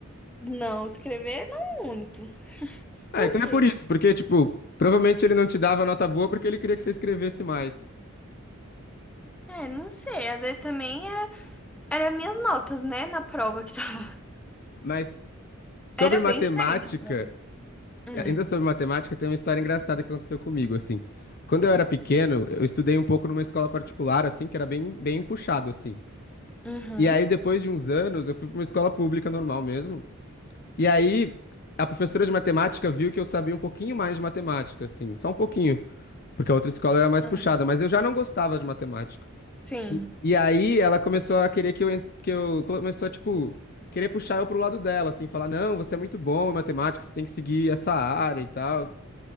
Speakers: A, in the centre; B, on the left.
A: Não, escrever não muito.
B: Ah,
A: Por
B: então
A: quê?
B: é por isso, porque, tipo, provavelmente ele não te dava nota boa porque ele queria que você escrevesse mais.
A: É, não sei. Às vezes também Era minhas notas, né, na prova que tava. <laughs>
B: Mas. Sobre
A: Era
B: matemática,
A: bem diferente a prova. Hum,
B: ainda sobre matemática, tem uma história engraçada que aconteceu comigo, assim. Quando eu era pequeno, eu estudei um pouco numa escola particular, assim, que era bem, bem puxado, assim.
A: uhum,
B: E aí, depois de uns anos, eu fui para uma escola pública normal mesmo. E aí, a professora de matemática viu que eu sabia um pouquinho mais de matemática, assim, só um pouquinho, porque a outra escola era mais
A: hum,
B: puxada, mas eu já não gostava de matemática.
A: sim.
B: E, e aí ela começou a querer que eu, en- que eu começou a, tipo, querer puxar eu pro lado dela, assim, falar, não, você é muito bom em matemática, você tem que seguir essa área e tal.